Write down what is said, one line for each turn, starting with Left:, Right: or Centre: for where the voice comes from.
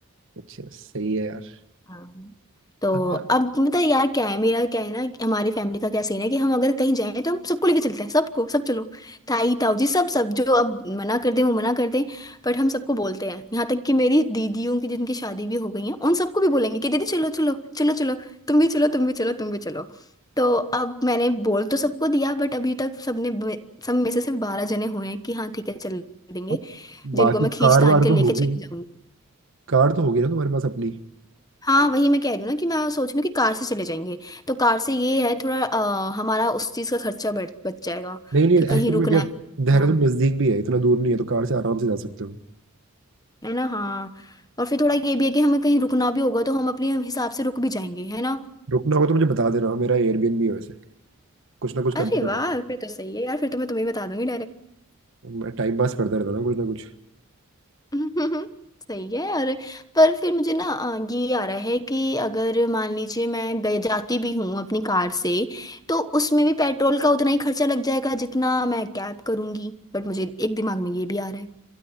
Right: अच्छा सही है यार
Left: हाँ। तो
Right: हाँ
Left: अब मतलब यार क्या है मेरा क्या है ना कि हमारी फैमिली का क्या सीन है कि हम अगर कहीं जाएं तो हम सबको लेके चलते हैं सबको सब चलो ताई ताऊ जी सब सब जो अब मना कर दें वो मना कर दें बट हम सबको बोलते हैं यहाँ तक कि मेरी दीदियों की जिनकी शादी भी हो गई है उन सबको भी बोलेंगे कि दीदी चलो चलो चलो चलो तुम भी चलो तुम भी चलो तुम भी चलो तो अब मैंने बोल तो सबको दिया बट अभी तक सबने सब में से सिर्फ बारह जने हुए हैं कि हाँ ठीक है चल देंगे
Right: और
Left: जिनको
Right: बाकी
Left: मैं खींच
Right: कार
Left: तान
Right: वार
Left: के
Right: तो
Left: लेके
Right: होगी
Left: चली जाऊंगी
Right: कार तो होगी ना तुम्हारे पास अपनी
Left: हाँ वही मैं कह रही हूँ ना कि मैं सोच रही हूँ कि कार से चले जाएंगे तो कार से ये है थोड़ा अ, हमारा उस चीज़ का खर्चा बच बच जाएगा
Right: नहीं नहीं
Left: कि कहीं
Right: एक्चुअली
Left: रुकना
Right: में क्या
Left: है दुकान
Right: देहरादून
Left: है
Right: नजदीक भी है इतना दूर नहीं है तो कार से आराम से जा सकते हो
Left: है ना हाँ और फिर थोड़ा ये भी है कि हमें कहीं रुकना भी होगा तो हम अपने हिसाब से रुक भी जाएंगे है ना
Right: रुकना होगा तो मुझे बता देना मेरा एयरबीएनबी है वैसे कुछ ना कुछ
Left: अरे
Right: करते
Left: वाह
Right: रहता
Left: फिर तो सही है यार फिर तो मैं तुम्हें बता दूंगी
Right: हूँ मैं टाइम पास करता रहता हूँ ना कुछ ना कुछ
Left: <laughs> हम्म, सही है और पर फिर मुझे ना अ, ये आ रहा है कि अगर मान लीजिए मैं गए जाती भी हूँ अपनी कार से तो उसमें भी पेट्रोल का उतना ही खर्चा लग जाएगा जितना मैं कैब करूंगी बट मुझे एक दिमाग में ये भी आ रहा है